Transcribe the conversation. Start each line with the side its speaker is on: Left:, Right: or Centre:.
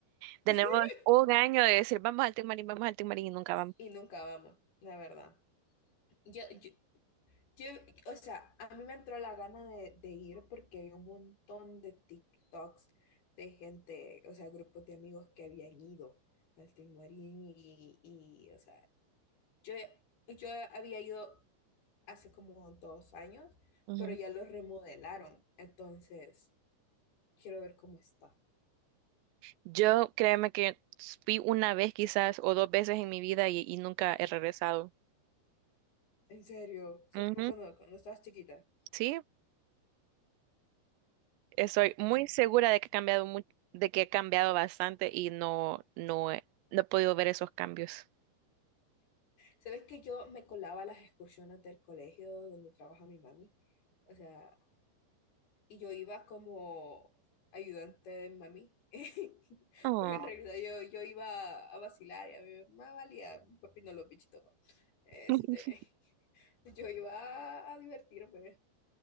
Right: Tenemos
Left: <laughs>
Right: un año de decir, vamos al Tic Marín, vamos al Tic Marín y nunca vamos.
Left: Y nunca vamos, la verdad. Yo, yo, yo, o sea, a mí me entró la gana de, de ir porque vi un montón de TikToks de gente, o sea, grupos de amigos que habían ido al Tin Marín y, y, o sea, yo, yo había ido hace como dos años,
Right: Ujú.
Left: pero ya lo remodelaron. Entonces, quiero ver cómo está.
Right: Yo créeme que fui una vez quizás o dos veces en mi vida y, y nunca he regresado.
Left: En serio, solo
Right: Ujú,
Left: cuando, cuando estabas chiquita.
Right: Sí, estoy muy
Left: Ah.
Right: segura de que ha cambiado mu- de que he cambiado bastante y no, no, he- no he podido ver esos cambios.
Left: ¿Sabes que yo me colaba a las excursiones del colegio donde trabaja mi mami? O sea, y yo iba como ayudante de mi mami, <laughs>
Right: Oh,
Left: pero en realidad yo, yo iba a vacilar y a mí me valía, papi no lo pichito. pues. Este,
Right: <laughs>
Left: <laughs> yo iba a divertirme,